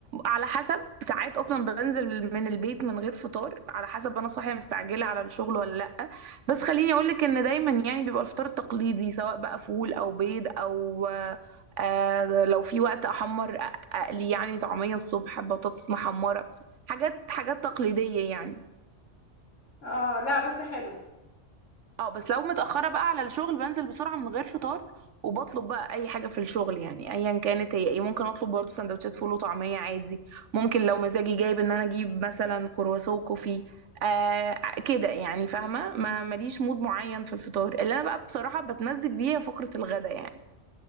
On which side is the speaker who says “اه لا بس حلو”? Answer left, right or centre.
Left